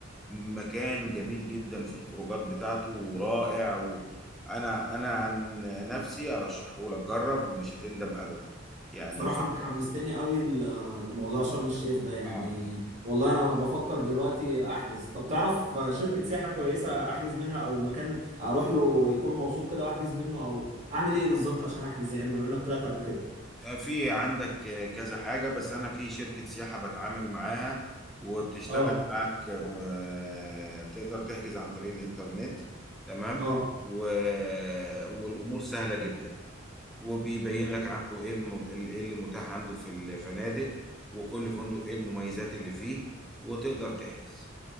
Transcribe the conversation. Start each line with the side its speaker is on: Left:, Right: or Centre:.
Centre: مكان جميل جدا في الخروجات بتاعته ورائع وانا انا عن نفسي ارشحه لك جرب ومش هتندم ابدا يعني
Right: صراحة
Centre: فكر
Right: انت حمستني
Centre: فيه
Right: قوي ل- لموضوع شرم الشيخ ده يعني
Centre: اه
Right: والله انا بفكر دلوقتي احجز طب تعرف شركة سياحة كويسة احجز منها او مكان اروح له يكون موثوق كده واحجز منه او اعمل ايه بالظبط عشان احجز يعني بما انك طلعت قبل كده
Centre: في عندك كذا حاجة بس أنا في شركة سياحة بتعامل معاها وبتشتغل
Right: اه
Centre: معك آه، تقدر تحجز عن طريق الإنترنت تمام
Right: اه
Centre: و... والأمور سهلة جدا وبيبين
Right: يعني
Centre: لك عنده إيه الم... إيه اللي متاح عنده في الفنادق وكل فندق إيه المميزات اللي فيه وتقدر تحجز